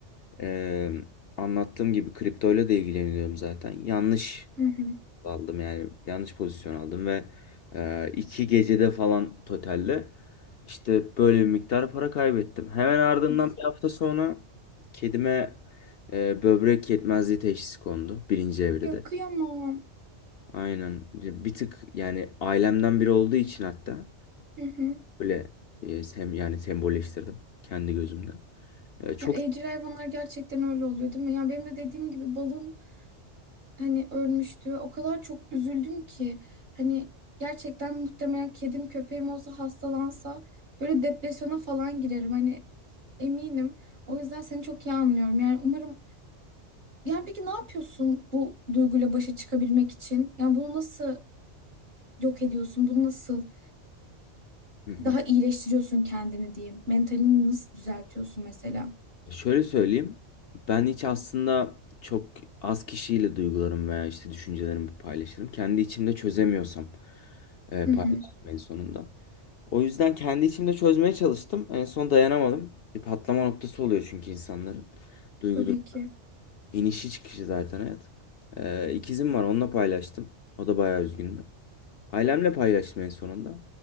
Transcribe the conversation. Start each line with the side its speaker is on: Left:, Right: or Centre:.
Left: E, anlattığım gibi kriptoyla da ilgileniyorum zaten. Yanlış
Right: Hı hı.
Left: aldım yani yanlış pozisyon aldım ve e, iki gecede falan totalde işte böyle bir miktar para kaybettim. Hemen ardından
Right: Of.
Left: bir hafta sonra kedime e, böbrek yetmezliği teşhisi kondu birinci evrede.
Right: Ya kıyamam.
Left: Aynen bir tık yani ailemden biri olduğu için hatta
Right: Hı hı.
Left: böyle e, sem yani sembolleştirdim kendi gözümde. E, çok
Right: Ya evcil hayvanlar gerçekten öyle oluyor değil mi? Ya benim de dediğim gibi balım hani ölmüştü. O kadar çok üzüldüm ki hani gerçekten muhtemelen kedim köpeğim olsa hastalansa böyle depresyona falan girerim. Hani eminim. O yüzden seni çok iyi anlıyorum. Yani umarım yani peki ne yapıyorsun bu duyguyla başa çıkabilmek için? Yani bunu nasıl yok ediyorsun? Bunu nasıl
Left: Hı hı.
Right: daha iyileştiriyorsun kendini diyeyim. Mentalini nasıl düzeltiyorsun mesela?
Left: Şöyle söyleyeyim. Ben hiç aslında çok az kişiyle duygularım veya işte düşüncelerimi paylaşırım. Kendi içimde çözemiyorsam e,
Right: Hı hı.
Left: paylaşırım en sonunda. O yüzden kendi içimde çözmeye çalıştım. En son dayanamadım. Bir patlama noktası oluyor çünkü insanların. Duygu
Right: Tabii
Left: durum.
Right: ki.
Left: İnişi çıkışı zaten hayat. E, ikizim var onunla paylaştım. O da bayağı üzgündü. Ailemle paylaştım en sonunda.